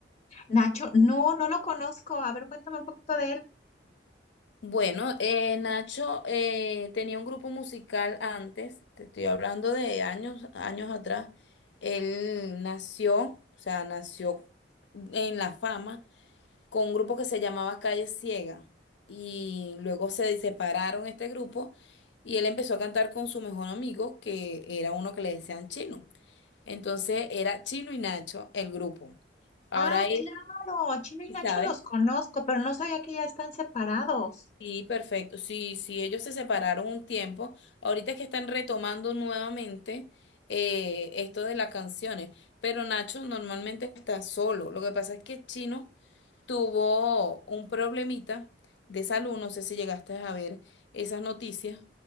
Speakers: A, on the left; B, on the left.
A: Nacho, no, no lo conozco. A ver, cuéntame un poquito de él.
B: Bueno, eh, Nacho eh, tenía un grupo musical antes, te estoy hablando de años, años atrás. Él nació, o sea, nació en la fama con un grupo que se llamaba Calle Ciega. Y luego se separaron este grupo y él empezó a cantar con su mejor amigo, que era uno que le decían Chino. Entonces era Chino y Nacho el grupo. Ahora
A: Ah,
B: él,
A: claro, Chino y Nacho
B: ¿sabes?
A: los conozco, pero no sabía que ya están separados.
B: Sí, perfecto. Sí, sí, ellos se separaron un tiempo. Ahorita es que están retomando nuevamente eh, esto de las canciones, pero Nacho normalmente está solo. Lo que pasa es que Chino tuvo un problemita de salud, no sé si llegaste a ver esas noticias.